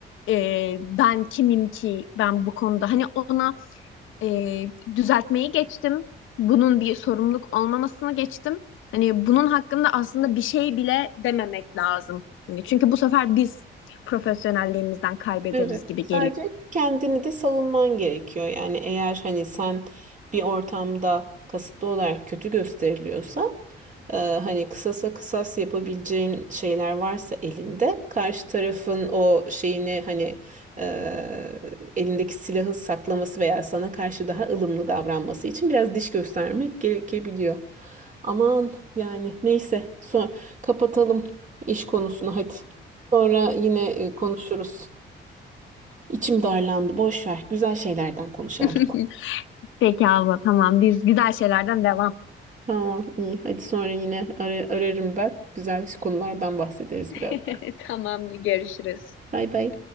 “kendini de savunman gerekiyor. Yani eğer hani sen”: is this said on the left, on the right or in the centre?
Right